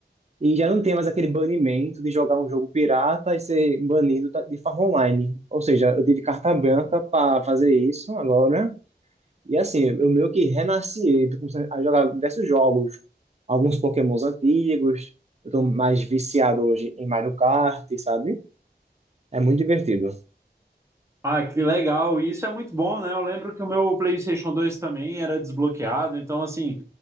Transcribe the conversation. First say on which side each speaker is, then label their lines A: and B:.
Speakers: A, on the right (about 40°); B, on the right (about 15°).
A: E já não tem mais aquele banimento de jogar um jogo pirata e ser banido da- de forma online. Ou seja, eu tive carta branca para fazer isso agora. E assim, eu meio que renasci, tô começando a jogar diversos jogos, alguns Pokémons antigos. Eu tô mais viciado hoje em Mario Kart, sabe? É muito divertido.
B: Ah, que legal! E isso é muito bom, né? Eu lembro que o meu PlayStation dois também era desbloqueado, então, assim,